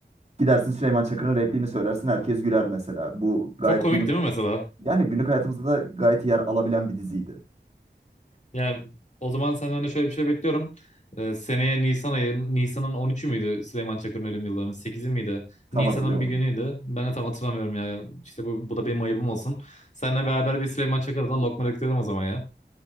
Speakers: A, on the right; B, on the left.
A: gidersin Süleyman Çakır'ın repliğini söylersin herkes güler mesela. Bu gayet
B: Çok komik
A: günlük
B: değil mi mesela?
A: yani günlük hayatımızda da gayet yer alabilen bir diziydi.
B: Yani o zaman senden de şöyle bir şey bekliyorum. Ee, seneye Nisan ayı Nisan'ın 13'ü müydü Süleyman Çakır'ın ölüm yıldönümü? 8'i miydi?
A: Tam
B: Nisan'ın
A: hatırlayamadım.
B: bir günüydü. Ben de tam hatırlamıyorum ya. İşte bu, bu da benim ayıbım olsun. Seninle beraber bir Süleyman Çakır'dan lokma döktürelim o zaman ya.